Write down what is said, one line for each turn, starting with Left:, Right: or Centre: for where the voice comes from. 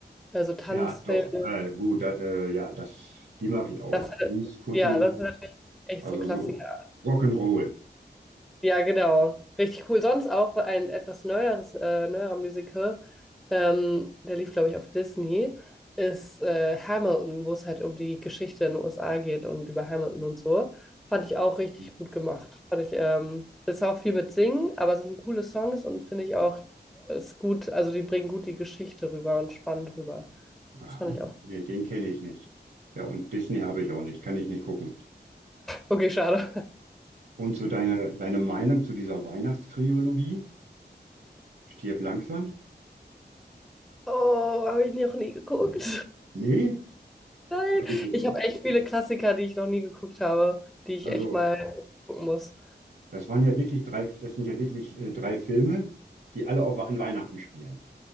Centre: also Tanzfilme.
Right: Ja, doch, äh, gut, äh, ja, das, die mag ich auch.
Centre: Das,
Right: Die ist Footloose,
Centre: ja, das sind natürlich echt
Right: also
Centre: so Klassiker.
Right: so Rock'n'Roll.
Centre: Ja, genau. Richtig cool. Sonst auch ein etwas neueres, äh, neuerer Musical, ähm, der lief, glaube ich, auf Disney, ist äh, Hamilton, wo es halt um die Geschichte in den USA geht und über Hamilton und so. Fand ich auch richtig
Right: Mhm.
Centre: gut gemacht. Fand ich, ähm, ist auch viel mit Singen, aber es sind coole Songs und finde ich auch, ist gut, also die bringen gut die Geschichte rüber und spannend rüber.
Right: Aha,
Centre: Das fand ich auch.
Right: nee, den kenne ich nicht. Ja, und Disney habe ich auch nicht, kann ich nicht gucken.
Centre: Okay, schade.
Right: Und zu deiner, deine Meinung zu dieser Weihnachtstrilogie? Stirb langsam?
Centre: Oh, habe ich noch nie geguckt.
Right: Nee?
Centre: Nein,
Right: Ja, gut, äh,
Centre: ich habe echt viele Klassiker, die ich noch nie geguckt habe, die ich
Right: Also,
Centre: echt mal gucken muss.
Right: das waren ja wirklich drei, das sind ja wirklich äh, drei Filme, die alle auf, an Weihnachten spielen.